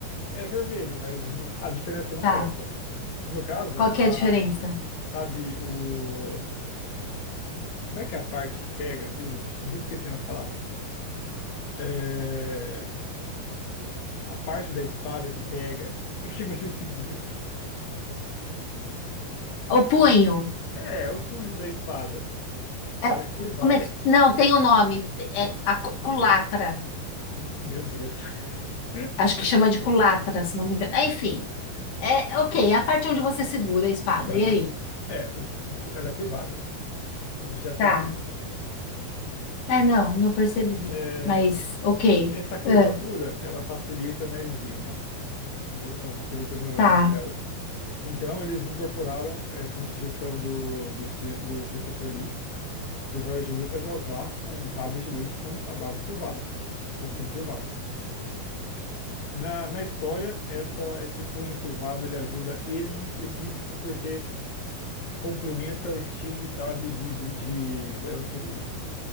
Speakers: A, on the left; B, on the left.
A: É vermelho, mas não- a diferença não
B: Tá.
A: é essa. No caso,
B: Qual
A: a,
B: que é a diferença?
A: sabe, o. Como é que é a parte que pega? Eu vivo esquecendo as palavras. É, a parte da espada que pega, <laughs> que você segura.
B: O punho.
A: É, o punho da espada. Ela
B: É,
A: é curvada.
B: como é que... Não, tem o nome.
A: Eu-
B: É a cu- culatra.
A: Meu Deus. <laughs>
B: Acho que chama de culatra, se não me engano. É, Enfim. É, ok, a parte onde você segura a espada.
A: Aham.
B: E aí?
A: É, o es- o escu- ela é curvada. Se você já percebeu.
B: Tá. É, não, não percebi.
A: É,
B: Mas, ok.
A: Essa curvatura,
B: É,
A: ela facilita na esgrima, entendeu? Ela facilita no,
B: tá.
A: no duelo. Então, eles incorporaram, é, com sugestão do, do, Ci- do Christopher Lee, para o Jorge Lucas a usar um sabre de luz com a base curvada, com o punho curvado. Na, na história, essa, esse punho curvado, ele ajuda ele em específico porque complementa o estilo de sabre de, du- de duelo que ele usa,